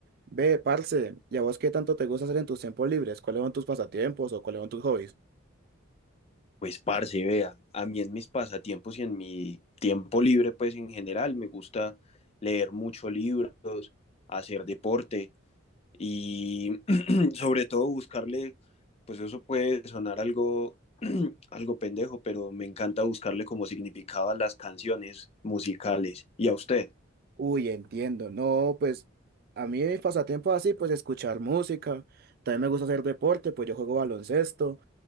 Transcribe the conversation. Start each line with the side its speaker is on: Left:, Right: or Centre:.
Right: Ve, parce, ¿y a vos qué tanto te gusta hacer en tus tiempos libres? ¿Cuáles son tus pasatiempos o cuáles son tus hobbies?
Left: Pues parce, vea, a mí en mis pasatiempos y en mi tiempo libre, pues en general, me gusta leer muchos libros, hacer deporte y <clears throat> sobre todo buscarle, pues eso puede sonar algo, <clears throat> algo pendejo, pero me encanta buscarle como significado a las canciones musicales. ¿Y a usted?
Right: Uy, entiendo. No, pues a mí mis pasatiempos así, pues escuchar música. También me gusta hacer deporte, pues yo juego baloncesto